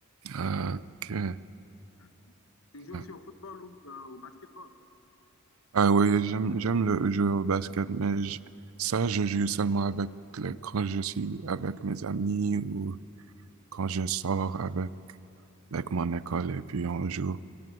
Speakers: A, on the right; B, on the left.
A: Euh, ok.
B: Mm. Tu joues
A: ok.
B: aussi au football ou euh, au basketball?
A: Ah oui, j'aime, j'aime le jeu au basket, mais je- ça, je joue seulement avec, le- quand je suis avec mes amis ou quand je sors avec, like, mon école et puis on joue.